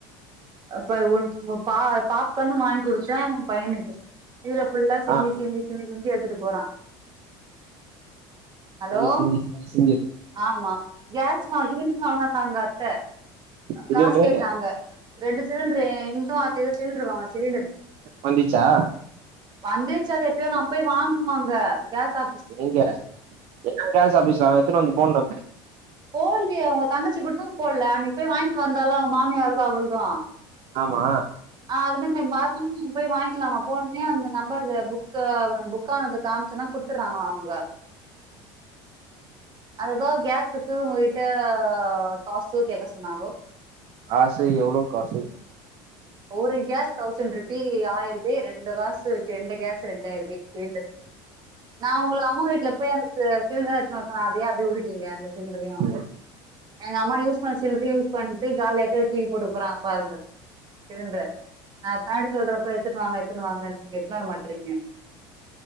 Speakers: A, on the right (about 40°); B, on the right (about 55°).
A: அப்ப உன் பா பாப்கானு வாய்ன் குடு த்தே ஒ பையனுக்கு கீழ ஃபுல்லா சிந்தி
B: ஆ
A: சிந்தி சிந்தி சிந்தி எடுத்துட்டு போறா ஹலோ
B: ஒரே சிந்தி சிந்தி சிந்
A: ஆமா கேஸ் <unintelligible> வாங்கனுனாங்க அத்த
B: சிலிண்டரு
A: காசு கேட்டாங்க ரெண்டு சிலிண்ட்ரு என்து அத்தது சிலிண்ட்ரு வாங்னா சிலிண்டரு
B: வந்துச்சா
A: வந்துருச்சு அது எப்பயோ நா போய் வாங்னு அங்க கேஸ் ஆ
B: எங்க ஏ கேஸ் ஆஃபிஸ்ல அவே எத்தனு வந்து போட்னுமே
A: போட்லியே உங்க தங்கச்சி குடுத் து போட்ல அன்னக்கி போய் வாய்ன்ட் வந்தால அவ மாமியார்து அவள்து ஆ
B: ஆமா
A: அது இன்னுன்ன வர்லன் போய் வாய்ன்க்லாமா போனோனே அந்த நம்பர்க்கு புக்கு புக்கானதுக்கு காம்ச்சோனா கு த்துறாங்ளா அவுங்க அதுக்கு பதிலா கேஸு க்கு உங்ககிட்ட காசு கேக்க சொன்னாங்கோ
B: காசு எவ்ளோ காசு
A: ஒரு கேஸ் தௌசண்ட் ருப்பி ஆய்ருபே ரெண்டு காசு செ ரெண்டு கேஸ் ரெண்டாயிருபே சிலிண்டர் நா ஒங்ள அம்மா வீட்ல போய் அந்த சி சிலிண்டர எத்துனு வரே சொன்னே அத ஏ அப்டே வுட்டுடீங்க அந்த சிலிண்டரயு
B: ம்.
A: எங்க அம்மா யூஸ் பண்ண சிலிண்டரயு யூஸ் பண்ணிட்டு காலியாய்ட்டா இத தூக்கி போட்டுக்க போறாங்க பாருங்க சிலிண்ட்ரு நா எத்தன வாட்டி சொல்றப்ப எத்துனு வாங்க எத்துனு வாங்கன் நீங் எத்துனு வர மாட்றீங்க